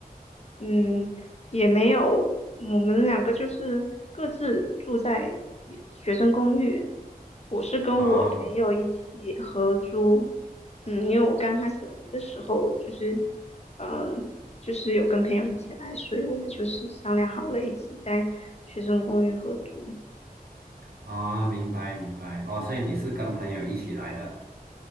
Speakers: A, on the left; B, on the right.
A: 嗯，也没有，我们两个就是各自住在也学生公寓。我是跟我朋友一起合租，
B: 啊
A: 嗯，因为我刚开始来的时候就是，嗯、就是有跟朋友一起来，所以我们就是商量好了，一起在学生公寓合租。
B: 啊，明白明白哦，所以你是跟朋友一起来的。